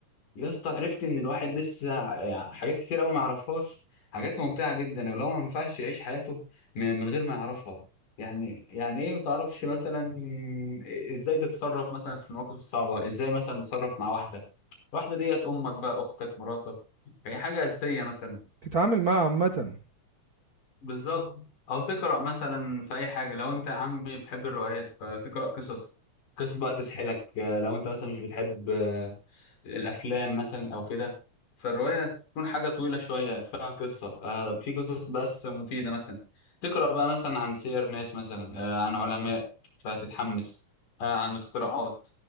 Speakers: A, on the left; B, on the right.
A: يا اسطى عرفت ان الواحد لسه يعني حاجات كتير قوي ما يعرفهاش حاجات ممتعه جدا ولو ما ينفعش يعيش حياته من من غير ما يعرفها يعني يعني ايه ما تعرفش مثلا ازاي تتصرف مثلا في المواقف الصعبه ازاي مثلا تتصرف مع واحده واحده ديت امك بقى اختك مراتك هي حاجه اساسيه مثلا
B: تتعامل معاها عامه
A: بالظبط او تقرا مثلا في اي حاجه لو انت يا عمي بتحب الروايات فتقرا قصص قصص بقى تسحلك آه، لو انت مثلا مش بتحب آه، الافلام مثلا او كده فالروايه تكون حاجه طويله شويه فيها قصه آه، في قصص بس مفيده مثلا تقرا بقى مثلا عن سير ناس مثلا آه، عن علماء فتتحمس آه، عن اختراعات